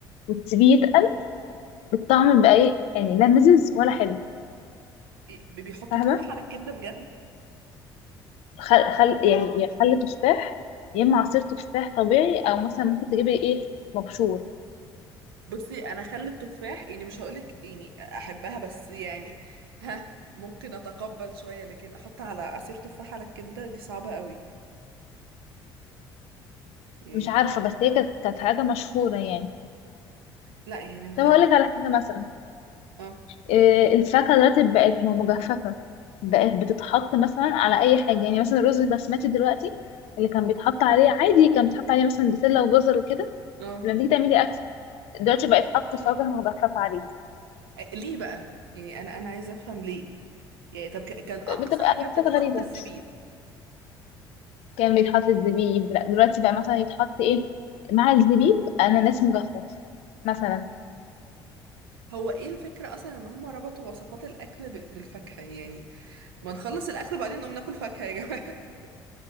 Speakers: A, on the left (about 55°); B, on the right (about 70°).
A: وتسيبيه يتقل بالطعم بقى ايه يعني لا مزز ولا حلو
B: إيه، بي- بيحطوا
A: فاهمه
B: تفاح على الكبدة بجد
A: خل خل يعني يا خل تفاح يا اما عصير تفاح طبيعي او مثلا ممكن تجيبي ايه مبشور
B: بصي انا خلي التفاح يعني مش هقولك يعني احبها بس يعني ها ممكن اتقبل شوية لكن احط على عصير تفاح على الكبدة دي صعبة قوي يعني
A: مش عارفه بس هي كانت كانت حاجه مشهوره يعني
B: لا يعني مش
A: طب
B: يعني،
A: هقول لك على حاجه مثلا
B: اه
A: إيه الفاكهه دلوقتي بقت مجففه بقت بتتحط مثلا على اي حاجه يعني مثلا الرز البسمتي دلوقتي اللي كان بيتحط عليه عادي كان بيتحط عليه مثلا بسله وجزر وكده
B: اه
A: لما تيجي تعملي اكل دلوقتي بقت حط فاكهه مجففه عليه
B: ليه بقى يعني انا انا عايزه افهم ليه يعني طب ك- كان اقصى
A: بتبقى
B: حاجه
A: ميكسات
B: بتتحط
A: غريبه
B: الزبيب
A: كان بيتحط الزبيب لا دلوقتي بقى مثلا يتحط ايه مع الزبيب اناناس مجفف مثلا
B: هو ايه الفكره اصلا ان هم ربطوا وصفات الاكل بال- بالفاكهه يعني ما نخلص الاكل وبعدين نقوم ناكل فاكهه يا جماعه <laughs>